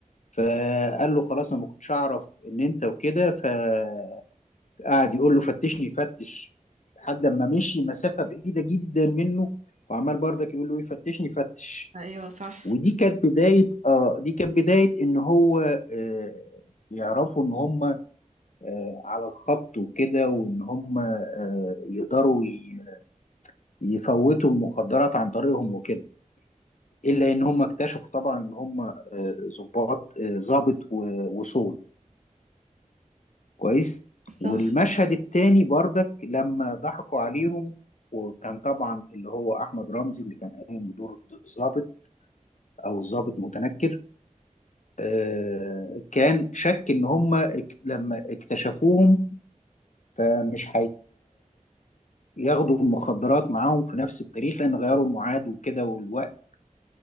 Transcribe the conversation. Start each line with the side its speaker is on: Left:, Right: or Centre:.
Left: فقال له خلاص انا ما كنتش اعرف ان انت وكده فقعد يقول له فتشني فتش لحد ما مشي مسافة بعيدة جدا منه وعمال برضك يقول له إيه، فتشني فتش
Right: ايوه صح
Left: ودي كانت بداية اه دي كانت بداية ان هو آه يعرفوا ان هم آه على الخط وكده وان هم آه يقدروا ي- يفوتوا المخدرات عن طريقهم وكده الا ان هم اكتشفوا طبعا ان هم آه، ضباط آه، ضابط و- وصول كويس
Right: صح
Left: والمشهد التاني بردك لما ضحكوا عليهم وكان طبعا اللي هو احمد رمزي اللي كان قايم بدور الضابط او الضابط متنكر آه، كان شك ان هم اك- لما اكتشفوهم فمش هياخدوا المخدرات معاهم في نفس التاريخ لان غيروا الميعاد وكده والوقت